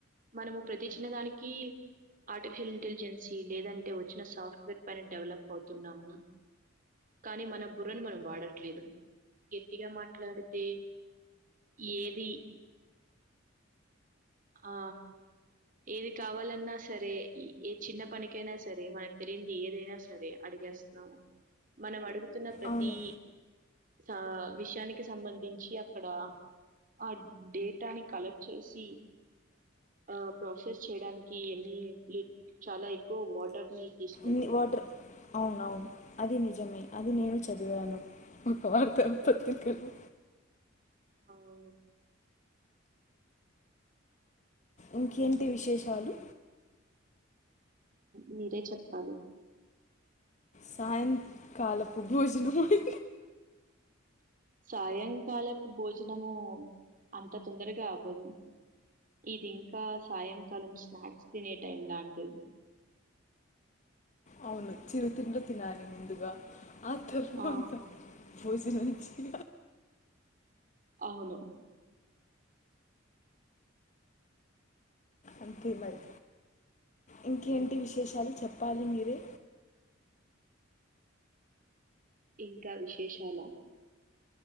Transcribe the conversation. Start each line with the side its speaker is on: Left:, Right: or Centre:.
Right: మనము ప్రతి చిన్నదానికి ఆర్టిఫిషియల్ ఇంటెలిజెన్సీ లేదంటే వచ్చిన సాఫ్ట్వేర్ పని డెవలప్ అవుతున్నాము కానీ మన బుర్రని మనం వాడట్లేదు గటిగా మాట్లాడితే ఏది ఆ ఏది కావాలన్నా సరే ఏ చిన్న పనికైనా సరే మనకు తెలియంది ఏదైనా సరే అడిగేస్తున్నాము మనం అడుగు స్తు ప్రతి
Left: అవును
Right: సా విషయానికి సంబంధించి అక్కడ ఆ డేటాని కలెక్ట్ చేసి ఆ ప్రాసెస్ చేయడానికి ఎన్ని చాలా ఎక్కువ వాటర్ ని తీసుకుంటున్నా
Left: ని- వాటర్ అవునవును అది నిజమే అది నేను చదివాను ఒక వార్త పత్రికలు
Right: అవు
Left: ఇంకేంటి విశేషాలు
Right: మీరే చెప్పాలి
Left: సాయంకాలపు భోజన మయి
Right: సాయంకాలపు భోజనము అంత తొందరగా అవ్వదు ఇది ఇంకా సాయంకాలం స్నాక్స్ తినే టైం లాంటిది
Left: అవును చిరుతింలు తినాలి ముందుగా అతర్ంత
Right: ఆ!
Left: పూజనంచి
Right: అవును
Left: అంతే మరి ఇంకేంటి విశేషాలు చెప్పాలి మీరే
Right: ఇంకా విశేషాల